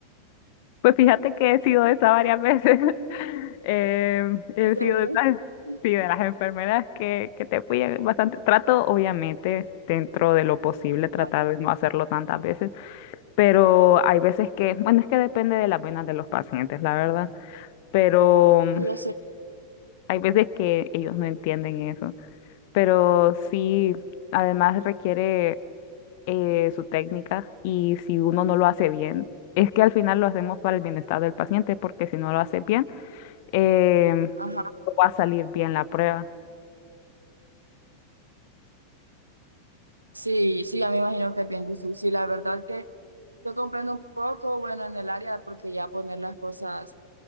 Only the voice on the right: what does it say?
¿En serio?
<laughs>
Ay,
sí, yo sé.
Ajá.
Sí, sí, ya me imagino que es bien difícil. La verdad que Yo comprendo un poco, bueno, en el área, porque ya poner las cosas,